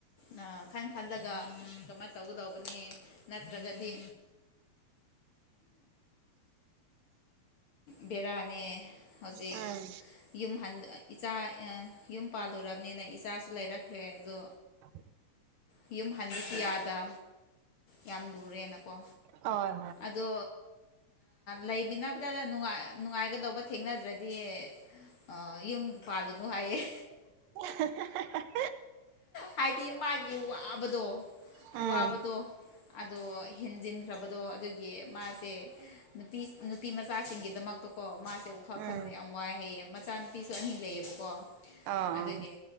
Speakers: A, on the left; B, on the right.
A: ꯑ ꯈꯟ ꯈꯜꯂꯒ ꯎꯝ ꯀꯃꯥꯏꯅ ꯇꯧꯒꯗꯧꯕ ꯅꯤ ꯅꯠꯇ꯭ꯔꯒꯗꯤ ꯕꯦꯔꯥꯅꯦ ꯍꯧꯖꯤꯛ
B: ꯎꯝ
A: ꯌꯨꯝ ꯏꯆꯥ ꯌꯨꯝ ꯄꯥꯜꯗꯣꯔꯕꯅꯤꯅ ꯏꯆꯥꯁꯨ ꯂꯩꯔꯛꯈ꯭ꯔꯦ ꯑꯗꯣ
B: ꯑꯣ
A: ꯌꯨꯝ ꯍꯟꯗꯁꯨ ꯌꯥꯗ ꯌꯥꯝ ꯂꯨꯔꯦꯅꯀꯣ
B: ꯍꯣꯏ ꯍꯣꯏ
A: ꯑꯗꯣ ꯂꯩꯃꯤꯟꯅꯕꯗ ꯅꯨꯡꯉꯥꯏꯒꯗꯧꯕ ꯊꯦꯡꯅꯗ꯭ꯔꯗꯤ ꯑ ꯌꯨꯝ ꯄꯥꯜꯂꯨꯅꯨ ꯍꯥꯏꯌꯦꯦ
B: ꯍ
A: ꯍꯥꯏꯗꯤ ꯃꯥꯒꯤ ꯋꯥꯕꯗꯣ
B: ꯎꯝ
A: ꯋꯥꯕꯗꯣ
B: <unintelligible>
A: ꯑꯗꯣ ꯍꯦꯟꯖꯤꯟꯈ꯭ꯔꯕꯗꯣ ꯑꯗꯨꯒꯤ ꯃꯥꯁꯦ ꯅꯨꯄꯤ ꯅꯨꯄꯤꯃꯆꯥꯁꯤꯡꯒꯤꯗꯃꯛꯇꯀꯣ ꯀ ꯃꯥꯁꯦꯕꯨꯈꯜ
B: ꯎꯝ
A: ꯈꯟꯕꯗ ꯌꯥꯝ ꯋꯥꯏ ꯍꯩꯌꯦ ꯃꯆꯥꯅꯨꯄꯤꯁꯨ ꯑꯅꯤ ꯂꯩꯌꯦꯕꯀꯣ
B: ꯑꯥ ꯑꯥ
A: ꯑꯗꯒꯤ